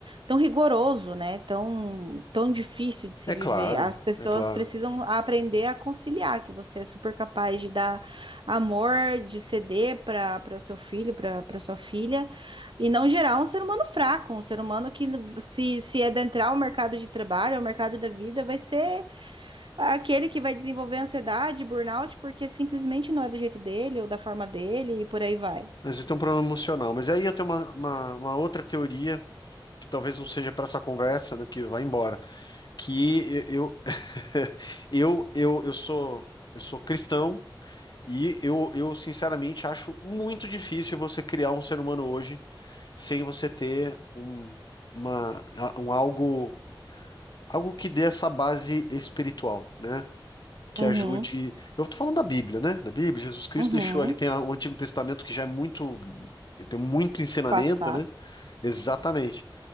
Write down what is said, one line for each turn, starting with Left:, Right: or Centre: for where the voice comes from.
Right: tão rigoroso, né? Tão, tão difícil de se
Left: é
Right: viver.
Left: claro,
Right: As pessoas
Left: é claro,
Right: precisam aprender a conciliar, que você é super capaz de dar amor, de ceder para para o seu filho, para para sua filha, e não gerar um ser humano fraco, um ser humano que se se adentrar o mercado de trabalho, o mercado da vida, vai ser aquele que vai desenvolver ansiedade, burnout, porque simplesmente não é do jeito dele ou da forma dele e por aí vai.
Left: existe um problema emocional. Mas aí eu tenho uma uma- uma outra teoria que talvez não seja para essa conversa, né? Porque vai embora. Que eu <laughs> eu eu, eu sou eu sou cristão e eu, eu sinceramente acho muito difícil você criar um ser humano hoje sem você ter um uma um algo algo que dê essa base espiritual, né? Que
Right: Uhum,
Left: ajude. Eu estou falando da Bíblia, né? Da Bíblia, Jesus Cristo
Right: uhum.
Left: deixou ali, tem a- o Antigo Testamento que já é muito, tem muito ensinamento,
Right: Passar.
Left: né? Exatamente.